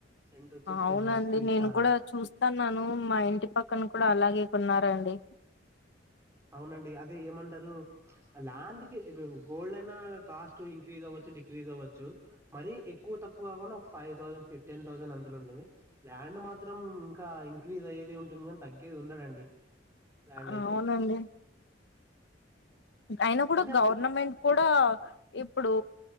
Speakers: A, on the right (about 15°); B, on the left (about 65°).
A: సెంట్ వచ్చేసి
B: అవునండి
A: టెన్ ల్యాక్స్ తో ఇస్తారా
B: నేను కూడా చూస్తాన్నాను మా ఇంటి పక్కన కూడ అలాగె కొన్నరండి
A: అవునండి అదే ఏమంటారు ల్యాండ్ గోల్డ్ అయినా కాస్ట్ ఇంక్రీజ్ అవ్వచ్చు డిక్రీజ్ అవ్వచ్చు మరీ ఎక్కువ తక్కువ కాకుండా ఒక ఫైవ్ థౌసండ్ ఫిఫ్టీన్ థౌసండ్ అంతలొ ఉంటుంది ల్యాండ్ మాత్రం ఇంకా ఇంక్రీజ్ అయేది ఉంటుంది కానీ తగ్గేది ఉండదండి ల్యాండ్
B: ఆ
A: అయితే
B: అవునండి అయినా కూడ
A: అంటే అప్పుడు
B: గవర్నమెంట్ కూడ ఇప్పుడు